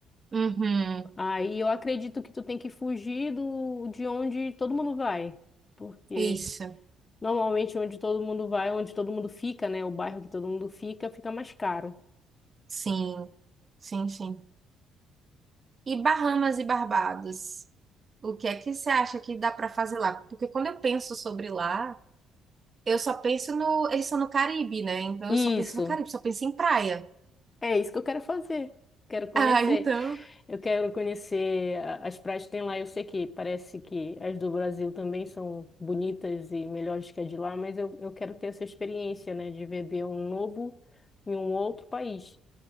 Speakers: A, on the right; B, on the left.
A: Uhum,
B: Aí eu acredito que tu tem que fugir do, de onde todo mundo vai, porque
A: isso.
B: normalmente onde todo mundo vai, onde todo mundo fica, né, o bairro que todo mundo fica, fica mais caro.
A: Sim, sim, sim. E Bahamas e Barbados? O que é que você acha que dá para fazer lá? Porque quando eu penso sobre lá, Eu só penso no. Eles são no Caribe, né? Então
B: Isso,
A: eu só penso no Caribe, só penso em praia. <laughs>
B: é isso que eu quero fazer. Quero conhecer.
A: Ah, então,
B: Eu quero conhecer a- as praias que tem lá. Eu sei que parece que as do Brasil também são bonitas e melhores que as de lá, mas eu, eu quero ter essa experiência, né, de beber um novo em um outro país.